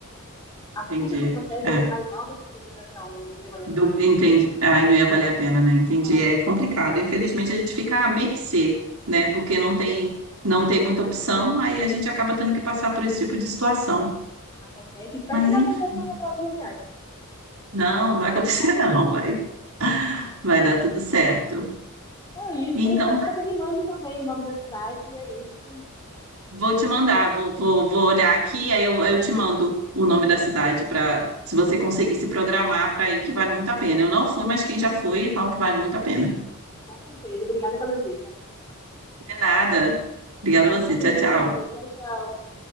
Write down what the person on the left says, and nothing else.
as
custas do processo
ia ser mais alta do que a indenização, não ia valer
a pena.
Não,
sim,
acontece. Espero
que não
aconteça na minha próxima viagem.
Então É isso,
eu espero que você me mande também o nome da cidade, e é isso,
com certeza. Obrigada pela dica.
Então, até
isso,
tchau, tchau.